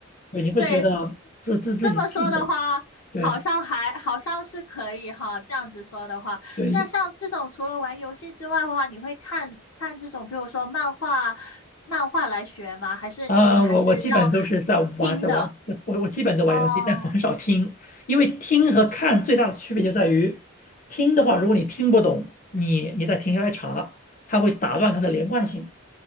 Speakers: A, on the left; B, on the left.
A: 对，你会觉得自自自己自己
B: 对，这么说的话，
A: 对
B: 好像还好像是可以哈。这样子说的话，
A: 对
B: 那像这种除了玩游戏之外的话，你会看看这种，比如说漫画，漫画来学吗？还是你还是要
A: 啊、我我基本都是在玩在玩，
B: 听的？
A: 在我我基本都玩游戏，
B: 哦，
A: 但很少听，因为听和看最大的区别就在于，听的话，如果你听不懂，你你再停下来查，它会打断它的连贯性。